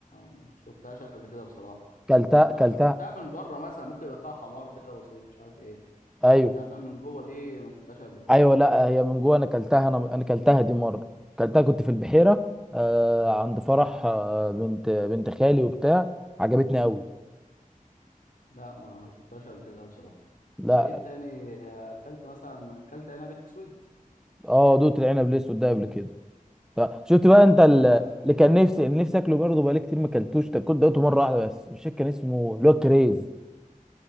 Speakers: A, on the left (about 70°); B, in the centre.
A: ما شفتهاش قبل كده بصراحه
B: كلتها
A: انا
B: كلتها
A: شفتها من بره مثلا ممكن يبقى فيها حمار كده بسيط مش عارف ايه
B: ايوه
A: انما من جوه دي ما شفتهاش قبل كده
B: ايوه لا هي من جوه انا كلتها انا انا كلتها دي مره كلتها كنت في البحيره آه، عند فرح آه، بنت بنت خالي وبتاع عجبتني قوي
A: لا ما شفتهاش قبل كده بصراحة
B: لا
A: طب ايه التاني آه، اكلت مثلا اكلت عنب اسود
B: اه دوت العنب الاسود ده قبل كده فشفت بقى انت
A: ده
B: ال-
A: جامد
B: اللي كان
A: قوي
B: نفسي اللي نفسي اكله برضه بقالي كتير ما اكلتوش ده كنت دقته مره واحده بس مش فاكر كان اسمه اللي هو الكريز